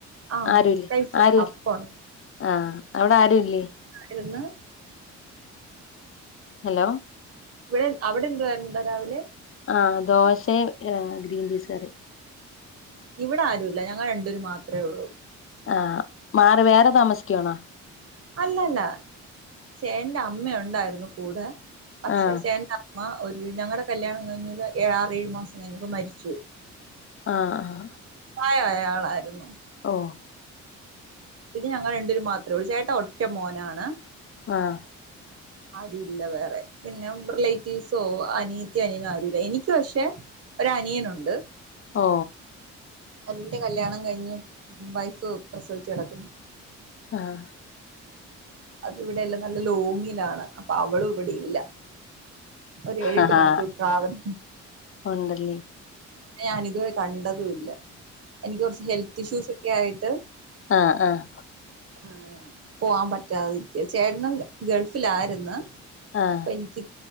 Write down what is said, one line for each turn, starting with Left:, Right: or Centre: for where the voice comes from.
Right: ആഹ്
Left: ആരുല്ലേ
Right: കഴിച്ച്
Left: ആരുല്ലേ
Right: അപ്പം
Left: ആഹ അവിടെ ആരുല്ലേ
Right: യിരുന്നു
Left: ഹലോ
Right: ഇവിടെ അവിടെ എന്തു ആായിുന്നാ രാവിലെ
Left: ആഹ ദോശ ഗ്രീൻ പീസ് കറി
Right: ഇവിടെ ആരുല്ല ഞങ്ങൾ രണ്ടൂര് മാത്രമേ ഉള്ളൂ
Left: ആഹ മാറി വേറെ താമസിക്കണോ
Right: അല്ലല്ല ചേ ട്ട ന്റെ അമ്മയ ഉണ്ടായിരുന്നു കൂടെ പക്ഷെ
Left: ആ
Right: ചേണ്ടാമ്മ ഒരു ഞങ്ങളടെ കല്യാണം കഴിഞ്ഞ ഒരു ആറ ഏഴ് മാസം കഴിഞ്ഞപ്പോ മരിച്ച പോയി
Left: ആഹ് ആഹ്
Right: ആായായ ആളായിരുന്നു
Left: ഓ
Right: പിന്നെ ഞങ്ങൾ രണ്ടരു മാത്രം ചേട്ട ഒറ്റ മോനാണ്
Left: ആഹ
Right: ആരുും ഇല്ല വേറെ പിന്നെ റിലേറ്റീവ്സോ അനീത്തി അനിയനോ ആരുല്ല എനിക്ക പക്ഷേ ഒ അനിയനുണ്ട്
Left: ഓ
Right: അതിന്റെ കല്യാണം കഴിഞ്ഞ് വൈഫ് പ്രസവിച്ച കടക്കുന്നു
Left: ആഹ്
Right: അത് ഇവിടെയല്ല നല്ല ലോങ്ങിലാണ് അപ്പൊ അവളും ഇവിടെ ഇല്ല ഒരു എഴട്ട്
Left: ആഹാ
Right: മണിക്കൂർ ട്രാവല
Left: ഉണ്ടല്ലേ
Right: ഞാാനിതുവരെ കണ്ടതല്ല എനിക്ക് കുറച്ച് ഹെൽത്ത് ഇഷ്യൂസ് ഒക്കെ ആയിട്ട്
Left: ആഹ് ആഹ്
Right: ആ പോവാൻ പറ്റാതിരിക്ക ചേട്ടനും ഗൾഫിലായിരുന്നു
Left: ആഹ്
Right: പ കി